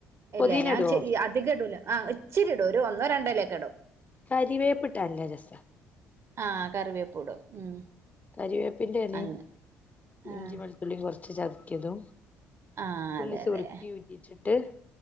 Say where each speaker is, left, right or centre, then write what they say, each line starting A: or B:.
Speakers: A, on the right (about 45°); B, on the left (about 25°).
A: ഇല്ലേ
B: പൊതീന
A: ഞാൻ
B: ഇടുവോ
A: ച്ചിരിയാ അധികേടൂലാ ആഹ് ഇച്ചിരിടും ഒരു ഒന്നോ രണ്ടോലയൊക്കെ ഇടും
B: കരിവേപ്പിട്ട ല്ലെരസ
A: ആഹ് കറിവേപ്പൂടും ഉം
B: കരിവേപ്പിന്റെ എലയും
A: അങ്ങ് ആഹ്
B: ഇഞ്ചി വെളുത്തുള്ളിയും കൊറച്ച് ചതക്കിയതും
A: ആഹ്
B: തുള്ളി
A: അതെ
B: സുർക്കേം
A: അതെ
B: ഉറ്റിച്ചിട്ട്